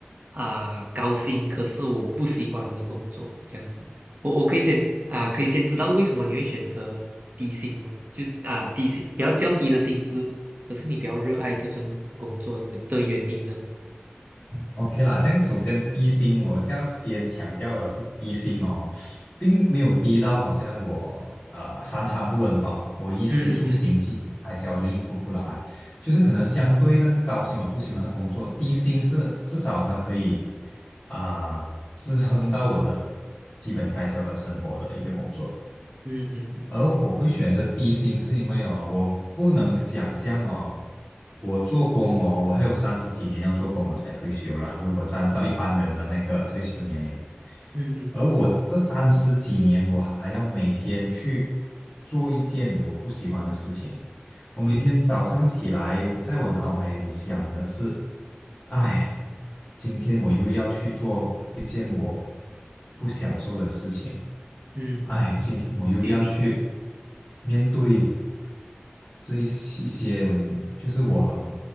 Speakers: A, on the right; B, on the left.
A: 啊、高薪，可是我不喜欢的工作，这样子。我我可以先啊、可以先知道为什么你会选择低薪吗？就啊、低薪比较较低的薪资，可是你比较热爱这份工作的的原因呢？
B: OK 啦，这样首先低薪，我是要先强调的是低薪哦，并没有低到好像我呃三餐不温饱，我衣食住行基本开销都应付不来，
A: 嗯嗯
B: 就是可能相对那个高薪我不喜欢的工作，低薪是至少它可以啊、支撑到我的基本开销和生活的一个工作。
A: 嗯嗯嗯
B: 而我会选择低薪，是因为哦，我不能想象哦，我做工哦，我还有三十几年要做工，我才退休啦。如果按照一般人的那个退休年龄，
A: 嗯嗯
B: 而我这三十几年，我还要每天去做一件我不喜欢的事情。我每天早上起来，
A: 嗯
B: 我在我脑海里想的是，哎，今天我又要去做一件我不享受的事情。
A: 嗯嗯，
B: 哎，今天我又要去
A: 可以明白。
B: 面对这一些一些我能就是我很